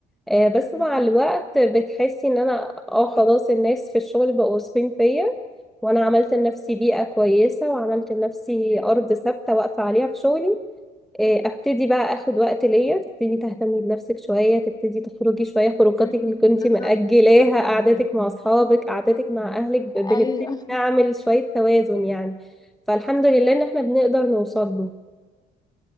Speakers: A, in the centre; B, on the left.
A: آه، بس
B: بالظبط
A: مع الوقت بتحسي ان انا اه خلاص الناس في الشغل بقوا واثقين فيا وانا عملت لنفسي بيئة كويسة وعملت لنفسي ارض ثابتة واقفة عليها في شغلي آه، ابتدي بقى اخد وقت ليا تبتدي تهتمي بنفسك شويه تبتدي تخرجي شويه خروجاتك
B: أمم،
A: اللي كنتي
B: بالظبط
A: مأجلاها قعداتك مع اصحابك قعداتك مع اهلك ب- بنبتدي
B: ايوه
A: نعمل شويه توازن يعني فالحمد لله ان احنا بنقدر نوصل له